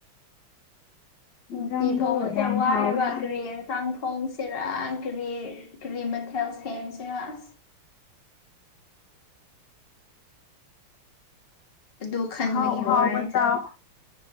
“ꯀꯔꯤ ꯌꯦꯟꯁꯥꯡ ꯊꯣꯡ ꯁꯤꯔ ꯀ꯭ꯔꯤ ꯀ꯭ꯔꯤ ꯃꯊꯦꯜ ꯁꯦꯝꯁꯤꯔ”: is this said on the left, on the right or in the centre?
Left